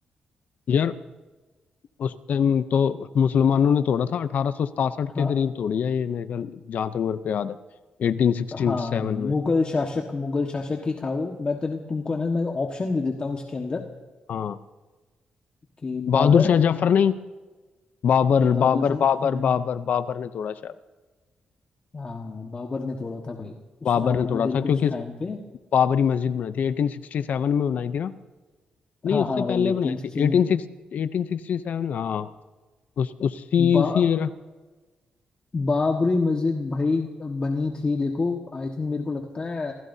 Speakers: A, on the left; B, on the left.
A: यार उस टाइम तो मुसलमानों ने तोड़ा था अठारह सौ सतासठ के
B: हाँ
A: करीब तोड़ी है ये मेरे ख्याल जहाँ तक मेरे को याद है एटीन सिक्सटी
B: हाँ
A: सेवन में
B: मुगल शासक मुगल शासक ही था वो मैं तेरे तुमको है ना मैं ऑप्शन दे देता हूँ इसके अंदर
A: हाँ
B: कि बाबर
A: बहादुर शाह जफर नहीं बाबर
B: नहीं बहादुर
A: बाबर
B: जंग
A: बाबर
B: नहीं
A: बाबर बाबर ने तोड़ा शायद
B: हाँ बाबर ने तोड़ा था भाई उस
A: बाबर
B: राम
A: ने तोड़ा
B: मंदिर
A: था क्योंकि
B: को उस
A: इस-
B: टाइम पे
A: बाबरी मस्जिद बनाई थी एटीन सिक्सटी सेवन में बनाई थी ना नहीं
B: हाँ
A: उससे
B: हाँ
A: पहले
B: भाई
A: बनाई
B: तीन सिक्सटीन
A: थी एटीन सिक्स एटीन सिक्सटी सेवन हाँ उस उसी
B: बा
A: उसी एरा
B: बाबरी मस्जिद भाई बनी थी देखो आई थिंक मेरे को लगता है